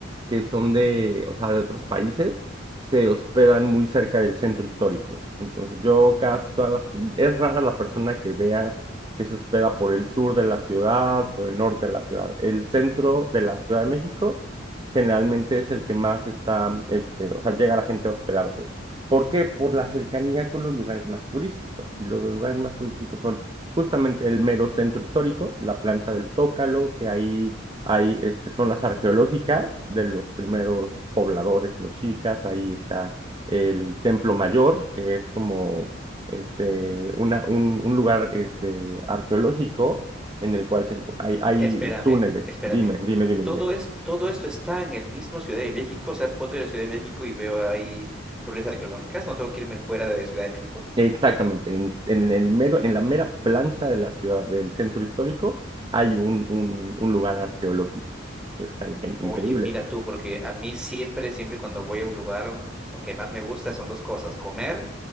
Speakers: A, on the right (about 25°); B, in the centre.
A: que son de, o sea, de otros países, se hospedan muy cerca del centro histórico. Entonces, yo casi todas las, es rara la persona que vea que se hospeda por el sur de la ciudad, por el norte de la ciudad. El centro de la Ciudad de México generalmente es el que más está, este, o sea, llega la gente a hospedarse. ¿Por qué? Por la cercanía con los lugares más turísticos. Y los lugares más turísticos son justamente el mero centro histórico, la plancha del Zócalo, que ahí, ahí este, son las arqueológicas de los primeros pobladores mexicas, ahí está el Templo Mayor, que es como este, una, un, un lugar este, arqueológico en el cual se, hay, hay
B: Espérame,
A: túneles.
B: espérame.
A: Dime, dime, dime,
B: Todo
A: dime.
B: es, todo esto está en el mismo Ciudad de México. O sea, puedo ir a Ciudad de México y veo ahí ruinas arqueológicas. No tengo que irme fuera de Ciudad de México.
A: Exactamente, en, en el mero, en la mera plancha de la ciudad, del centro histórico, hay un, un, un lugar arqueológico. Está ingen- increíble.
B: Oye, mira tú, porque a mí siempre, siempre cuando voy a un lugar, lo que más me gusta son dos cosas, comer